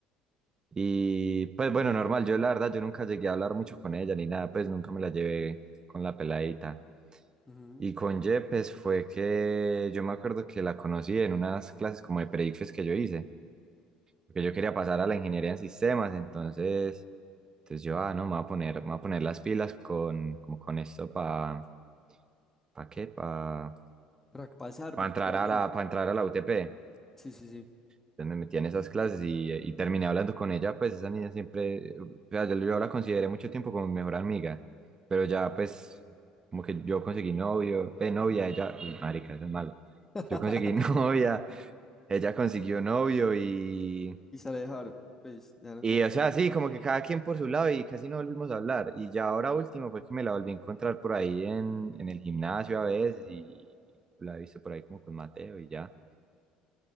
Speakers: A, on the right; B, on the left.
A: Y pues bueno, normal, yo la verdad, yo nunca llegué a hablar mucho con ella ni nada, pues nunca me la llevé con la peladita.
B: Ujú.
A: Y con Yepes fue que yo me acuerdo que la conocí en unas clases como de predifes que yo hice, porque yo quería pasar a la ingeniería en sistemas, entonces, entonces yo, ah, no, me voy a poner, me voy a poner las pilas con, como con esto para, ¿para qué? Para
B: Para que pasar, para
A: entrar
B: que vaya
A: a
B: bien.
A: la, para entrar a la UTP.
B: Sí, sí, sí.
A: Entonces me metí en esas clases y, eh, y terminé hablando con ella, pues esa niña siempre, o sea, yo, yo la consideré mucho tiempo como mi mejor amiga, pero ya pues como que yo conseguí novio, eh, novia, ella, uy, marica, eso es malo,
B: <laughs>
A: yo conseguí <laughs> novia, ella consiguió novio y,
B: Y se la dejaron, pues, dejaron
A: y
B: como.
A: o sea, sí, como que cada quien por su lado y casi no volvimos a hablar. Y ya ahora último fue que me la volví a encontrar por ahí en, en el gimnasio a veces y la he visto por ahí como con Mateo y ya.